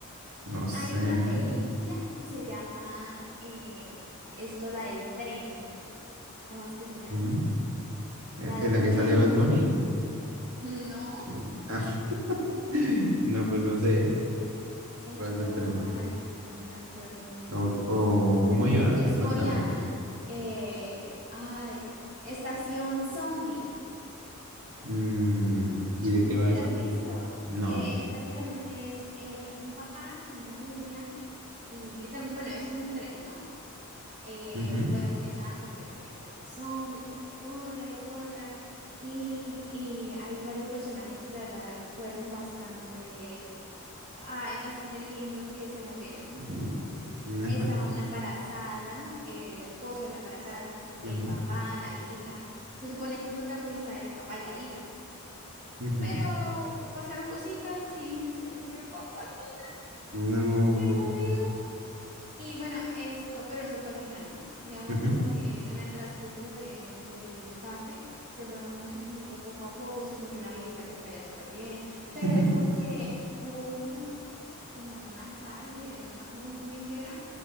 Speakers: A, on the right; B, on the right.
A: no sé.
B: Hay una
A: ¿eh?
B: película que se llama eh, esto, la del tren. ¿Cómo es que se llama?
A: ¿Mm?
B: La
A: Eh, ¿En
B: del
A: la que
B: tren.
A: sale Bad Bunny?
B: No,
A: Ah, <laughs> no, pues no sé, ¿eh?
B: Esto,
A: ¿Cuál del tren?
B: ay, es que no me acuerdo muy
A: ¿O,
B: bien.
A: o cómo iba?
B: Es
A: Eh, Cuéntame.
B: coreana. eh, ay, Estación Zombie.
A: Mm, ¿y de qué
B: ¿No
A: va
B: te
A: eso?
B: la has visto?
A: No.
B: Eh, prácticamente es eh, un papá con una niña y literalmente, bueno, es en un tren, ¿no? Eh,
A: Ujú,
B: bueno, comienzan a convertirse en zombies entonces corra y corra. Y, y hay varios personajes que la verdad fueron bastante, ay, bastante lindos que se murieron.
A: <laughs> No.
B: Estaba una embarazada, el esposo de la embarazada,
A: ujú,
B: el papá, la hija. Se supone que el protagonista era el papá y la hija,
A: ujú,
B: pero pasaron cositas y <laughs> se murió el papá al fin,
A: No.
B: se murió. Y bueno, esto, pero eso fue al final, ¿no? Digamos
A: ujú,
B: como que en el transcurso de, del escape se fueron muriendo poco a poco, se murió una viejita que me caía súper bien, pero
A: <laughs>
B: es porque hubo un grupo como de una calle, no me acuerdo muy bien qué era,